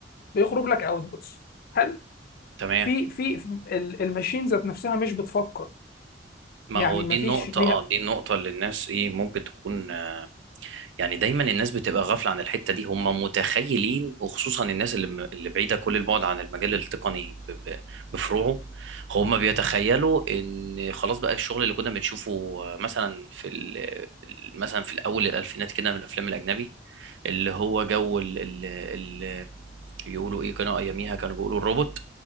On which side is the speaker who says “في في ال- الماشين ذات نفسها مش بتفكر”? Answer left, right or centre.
Left